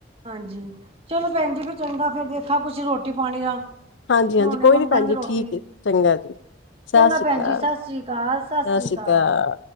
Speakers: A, on the right; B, on the left.
A: ਹਾਂਜੀ ਚਲੋ ਭੈਣ ਜੀ ਫਿਰ ਚੰਗਾ ਫੇਰ ਦੇਖਾ ਕੁਛ ਰੋਟੀ ਪਾਣੀ ਦਾ।
B: ਹਾਂਜੀ-
A: ਹੁਣ
B: ਹਾਂਜੀ
A: ਹੁਣੇ
B: ਕੋਈ
A: ਮੰਗਣਗੇ
B: ਨੀ ਭੈਣ ਜੀ
A: ਰੋਟੀ
B: ਠੀਕ ਏ, ਚੰਗਾ ਜੀ। ਸਤਿ
A: ਚੰਗਾ
B: ਸ਼੍ਰੀ
A: ਭੈਣ
B: ਅਕਾਲ,
A: ਜੀ ਸਸ ਰੀ ਕਾਲ-ਸਸ
B: ਸਤਿ
A: ਰੀ
B: ਸ਼੍ਰੀ
A: ਕਾਲ।
B: ਅਕਾਲ।